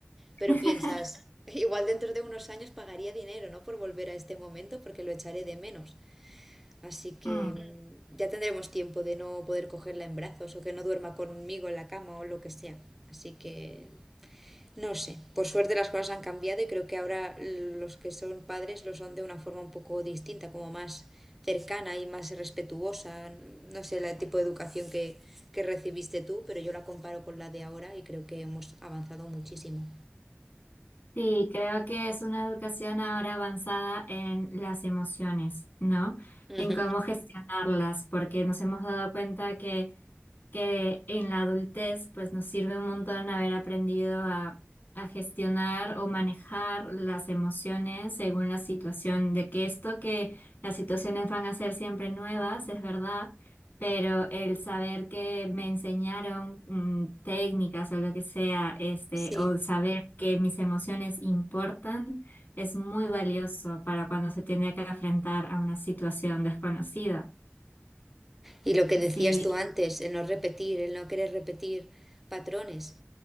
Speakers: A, on the left (about 55°); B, in the centre.
A: <laughs>
B: Pero piensas, <laughs> igual dentro de unos años pagaría dinero, ¿no? Por volver a este momento porque lo echaré de menos. Así que
A: Mm.
B: mm, ya tendremos tiempo de no poder cogerla en brazos o que no duerma conmigo en la cama o lo que sea. Así que no sé. Por suerte las cosas han cambiado y creo que ahora los que son padres lo son de una forma un poco distinta, como más cercana y más respetuosa. No sé el tipo de educación que, que recibiste tú, pero yo la comparo con la de ahora y creo que hemos avanzado muchísimo.
A: Sí, creo que es una educación ahora avanzada en las emociones, ¿no?
B: Ujú.
A: En cómo gestionarlas, porque nos hemos dado cuenta que, que en la adultez pues nos sirve un montón haber aprendido a, a gestionar o manejar las emociones según la situación, de que esto que las situaciones van a ser siempre nuevas, es verdad, pero el saber que me enseñaron mm, técnicas o lo que sea, este,
B: Sí.
A: o saber que mis emociones importan, es muy valioso para cuando se tiene que enfrentar a una situación desconocida.
B: Y lo que decías
A: Sí,
B: tú antes, el no repetir, el no querer repetir patrones,